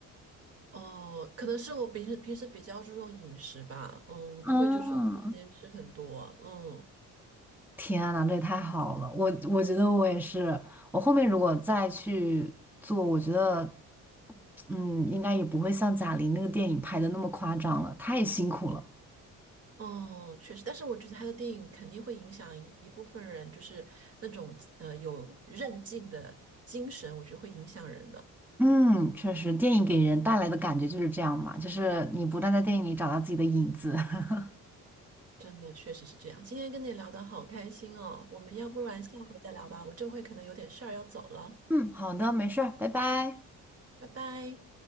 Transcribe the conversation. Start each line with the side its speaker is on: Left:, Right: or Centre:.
Right: 哦，可能是我平时平时比较注重饮食吧，嗯，
Centre: <laughs>
Right: 不会就说天天吃很多，
Centre: 嗯，
Right: 嗯。
Centre: 天呐，这也太好了！我我觉得我也是，我后面如果再去做，我觉得，嗯，应该也不会像贾玲那个电影拍的那么夸张了，太辛苦了。
Right: 哦，确实，但是我觉得他的电影肯定会影响一一部分人，就是那种呃有韧劲的精神，我觉得会影响人的。
Centre: 嗯，确实，电影给人带来的感觉就是这样嘛，就是你不断在电影里找到自己的影子。<laughs>
Right: 真的，确实是这样。今天跟你聊得好开心哦，我们要不然下回再聊吧，我这回可能有点事儿要走了，
Centre: 嗯，好的，没事儿拜拜。
Right: 拜拜。